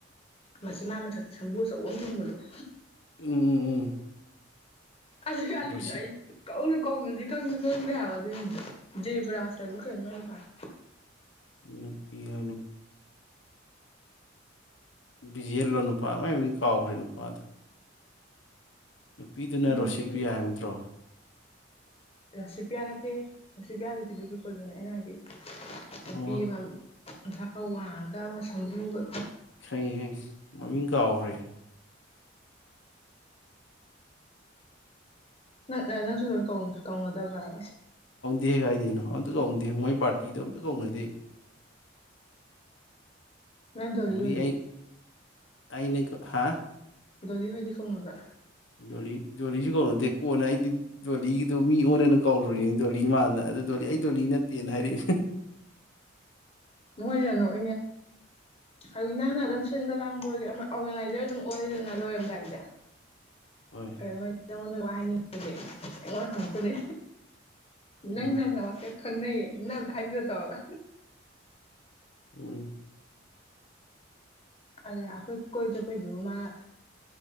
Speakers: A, on the left; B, on the left.
A: ꯃꯆꯤꯟꯕꯥꯟ ꯃꯊꯛꯇ ꯁꯝꯕꯨꯨ ꯑꯆꯧꯕ ꯑꯃ ꯊꯨꯡꯕꯗꯣ꯫ <inaudible>
B: ꯎꯝ ꯎꯝ ꯎꯝ
A: ꯑꯁ ꯒꯂꯤꯗ
B: ꯔꯣꯁꯤꯞ
A: ꯑꯩ ꯀꯧꯁꯨ ꯀꯧꯅꯗꯦ ꯀꯪꯁꯨ ꯀꯪꯗꯦ ꯍꯥꯏꯕ ꯑꯗꯨꯅꯤꯗꯣ ꯖꯦꯕ꯭ꯔꯥꯥꯁꯕꯨ ꯍꯥꯏꯕ ꯀꯩꯅꯣ ꯃꯥꯏ ꯅꯨꯄꯥꯗꯣ
B: ꯅꯨꯄꯤ ꯍꯥꯏꯅꯨ ꯕꯤꯖꯦꯜꯂꯣ ꯅꯨꯄꯥ ꯃꯥꯏ ꯃꯤꯡ ꯀꯥꯎꯒꯔ꯭ꯦ ꯅꯨꯄꯥꯗꯣ ꯅꯨꯄꯤꯗꯨꯅ
A: ꯅꯨꯄꯤ
B: ꯔꯣꯁꯤꯄ꯭ꯔꯤꯌꯥ ꯍꯥꯏꯕ ꯅꯠꯇꯔꯣ
A: ꯔꯁꯤꯄꯤꯌꯥ ꯅꯠꯇꯦ ꯔꯁꯤꯄꯤꯌꯥꯗꯤ ꯕꯤꯖꯨ ꯀꯣꯏꯅꯦ ꯑꯩꯅ ꯍꯥꯏꯗꯤ
B: ꯑꯣ
A: ꯑꯣꯛꯄꯤ ꯃꯟ ꯃꯁꯥ ꯈꯥꯔ ꯋꯥꯡꯉꯥꯒ ꯑꯃ ꯁꯝꯕꯔꯨꯒ
B: ꯈꯩ ꯍꯩ ꯃꯃꯤꯡ ꯀꯥꯎꯈ꯭ꯔꯦ
A: ꯅꯪ ꯅꯪꯁꯨ ꯀꯧ ꯀꯧꯉꯗꯕ꯭ꯔꯕ
B: ꯍꯦꯛꯒꯥꯏꯗꯦꯅꯣ ꯑꯝꯇ ꯀꯧꯅꯗꯦ ꯃꯣꯏ ꯄꯥꯔꯇꯤꯗ ꯑꯝꯇ ꯀꯧꯅꯗꯦ
A: ꯃ ꯇꯣꯗꯤ
B: ꯑꯣꯡꯂꯤ
A: ꯑꯣꯏꯗꯤ
B: ꯑꯩ ꯅꯦ ꯀꯣ ꯍꯥ
A: ꯗꯣꯂꯤ ꯍꯣꯏꯗꯤ ꯈꯣꯡꯉꯕ꯭ꯔꯥ
B: ꯗ ꯗꯣꯂꯤꯁꯨ ꯀꯧꯔꯨꯗꯦ ꯀꯣꯟꯅ ꯑꯩꯗꯤ ꯗꯣꯂꯤꯗꯨꯣ ꯃꯤ ꯑꯣꯟꯅꯅ ꯀꯧꯔꯨꯔꯤꯅꯤ ꯗꯣꯂꯤ ꯃꯥꯟꯗ ꯑꯗꯨ ꯗꯣꯂꯤ ꯑꯩ ꯗꯣꯂꯤ ꯅꯠꯇꯦꯅ ꯍꯥꯏꯔꯛꯏ
A: ꯃꯣꯏ ꯌꯥ ꯅꯣꯛ ꯑꯗꯨ ꯅꯪꯅ ꯑꯗꯨꯝ ꯁꯤꯟꯕ ꯂꯥꯡꯕꯒꯤ ꯑꯣꯔꯒꯅꯥꯏꯖꯔ ꯑꯗꯨꯝ ꯑꯣꯏꯔꯗꯅ ꯂꯣꯏꯔꯝꯗꯥꯏꯗꯤ
B: ꯍꯣꯏ
A: ꯀꯩꯅꯣ ꯅꯪꯉꯣꯟꯗ ꯋꯥ ꯍꯥꯏꯅꯤꯡꯉꯒꯦ ꯑꯣ ꯍꯅꯦ
B: ꯎꯝ
A: ꯅꯪ ꯅꯪ ꯅꯃꯁꯦ ꯈꯪꯅꯩꯌꯦ ꯅꯅ ꯑꯝꯇ ꯍꯥꯏꯕꯤꯌꯨ ꯇꯧꯒ
B: ꯎꯝ
A: ꯑꯗ ꯑꯩꯈꯣꯏ ꯀꯣꯏ ꯆꯄꯣꯏꯖ ꯃꯥꯅ